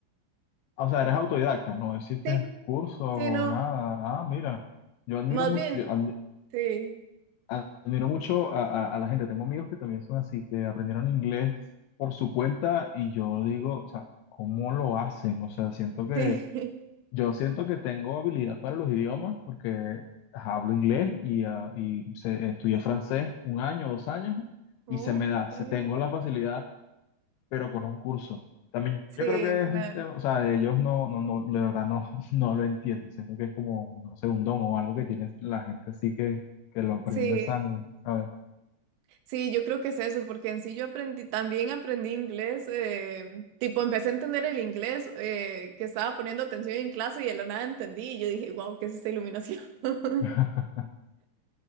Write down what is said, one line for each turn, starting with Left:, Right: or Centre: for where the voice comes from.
Left: Ah, O sea, eres autodidacta, no hiciste
Right: Sí,
Left: cursos o
Right: sí, no,
Left: nada. Ah, mira, yo admiro
Right: más
Left: mucho,
Right: bien,
Left: yo admi-
Right: sí,
Left: admiro mucho a, a- a la gente. Tengo amigos que también son así, que aprendieron inglés por su cuenta y yo digo, o sea, ¿cómo lo hacen? O sea, siento que
Right: sí. <laughs>
Left: Yo siento que tengo habilidad para los idiomas porque hablo inglés y, ah, y se- estudié francés un año, dos años
Right: Oh,
Left: y se me da,
Right: ok.
Left: se tengo la facilidad, pero con un curso. También
Right: Sí,
Left: yo creo que es
Right: claro.
Left: un tema, o sea, ellos no, no, no, la verdad no, <laughs> no lo entiendo. Siento que es como, no sé, un don o algo que tiene la gente así que, que lo aprende
Right: Sí.
Left: san, ¿sabes?
Right: Sí, yo creo que es eso, porque en sí yo aprendí, también aprendí inglés, eh, tipo empecé a entender el inglés eh, que estaba poniendo atención en clase y de la nada entendí y yo dije, wow, ¿qué es esta iluminación? <laughs>
Left: <laughs>